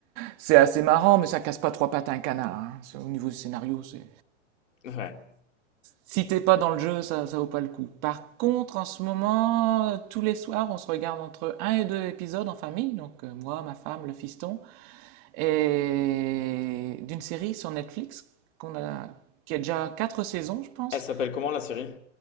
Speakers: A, on the right; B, on the left.
A: C'est assez marrant, mais ça casse pas trois pattes à un canard, hein. C'est au niveau du scénario, c'est
B: Ouais.
A: si t'es pas dans le jeu, ça ça vaut pas le coup. Par contre, en ce moment, heu, tous les soirs, on se regarde entre un et 2 épisodes en famille, donc heu, moi, ma femme, le fiston et d'une série sur Netflix qu'on a qui a déjà 4 saisons, je pense,
B: Elle s'appelle comment la série?